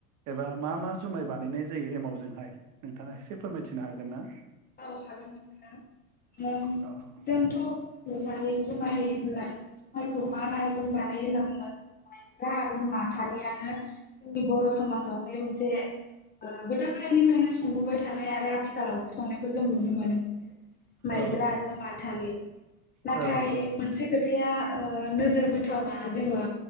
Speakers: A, on the right; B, on the left.
A: एबा मा
B: औ
A: मा जुमाय बानायनाय जायो एमावजोंहाय नोंथाङा एसे फोरमायथिनो हागोन ना?
B: औ हागोन नोंथां।
A: औ
B: जोंथ <inaudible> जुमाय होनाय जायखौ मा मा जों बानायो होना बुंबा माइब्रा आरो माता थानायानो जोंनि बर' समाजावहाय मोनसे गोदा गोदायनिफ्रायनो सोंबोबाय थानाय आरो आथिखालाव संनायखौ जों नुनो मोनो। माइब्रा
A: औ
B: आरो माथानि नाथाय
A: औ
B: मोनसे खोथाया नोजोर बोथावना जोङो